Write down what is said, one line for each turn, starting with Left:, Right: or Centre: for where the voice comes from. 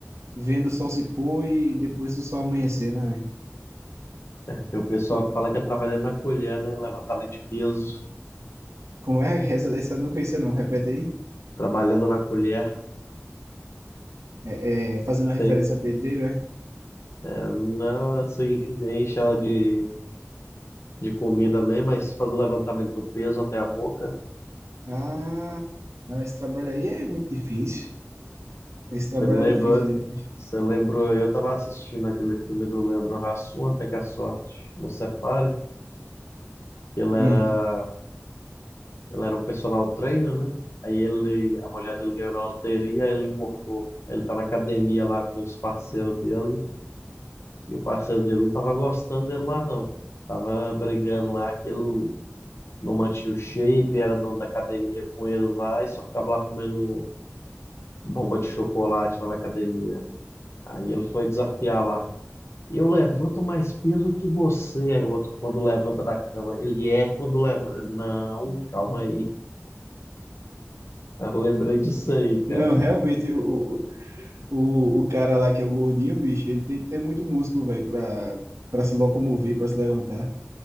Right: vendo o sol se pôr e depois o sol amanhecer, né, velho?
Left: Tem o pessoal
Right: O-
Left: que fala que é trabalhando na colher, né? Levantamento de peso,
Right: Como é? Essa, essa eu não conhecia não, repete aí.
Left: trabalhando na colher.
Right: É, é, fazendo uma referência
Left: Tem-
Right: ao pedreiro, é?
Left: é, não, assim, enche ela de, de comida mesmo, mas faz o levantamento do peso até a boca.
Right: Ah, não, esse trabalho aí é muito difícil. Esse trabalho
Left: Você me lembrou,
Right: é difícil demais.
Left: você lembrou, eu estava assistindo aquele filme do Leandro Hassum, Até que a Sorte Nos Separe, que ele
Right: Hum.
Left: era, ele era um personal trainer, né? Aí ele, a mulher dele ganhou na loteria, ele engordou. Ele tá na academia lá com os parceiros dele, e o parceiro dele não tava gostando dele mais não. Tava brigando lá que ele não mantinha o shape, era dono da academia com eles lá, e só ficava lá comendo bomba de chocolate lá na academia. Aí ele foi desafiar lá. Eu levanto mais peso que você. Aí o outro, quando levanta da cama, ele é quando leva Não, calma aí. <laughs> Eu lembrei disso aí, cara.
Right: Não, realmente, o, o, o cara lá que é o gordinho, bicho, ele tem que ter muito músculo, velho, pra, pra se locomover, pra se levantar.